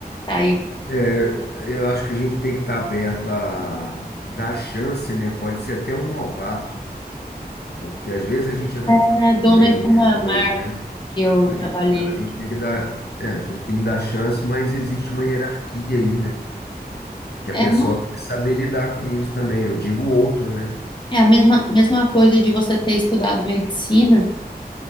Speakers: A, on the left; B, on the left.
A: Aí
B: É, eu acho que a gente tem que estar aberto a dar chance, né? Pode ser até um novato, porque às vezes a gente é novato
A: era dona
B: também em
A: de
B: alguma
A: uma
B: coisa,
A: marca
B: né?
A: que eu
B: A
A: trabalhei.
B: gente, a gente tem que dar, é, a gente tem que dar chance, mas existe uma hierarquia aí, né? Que a
A: É,
B: pessoa
A: uma-
B: tem que saber lidar com isso também. Eu digo o outro, né?
A: é a mesma, mesma coisa de você ter estudado medicina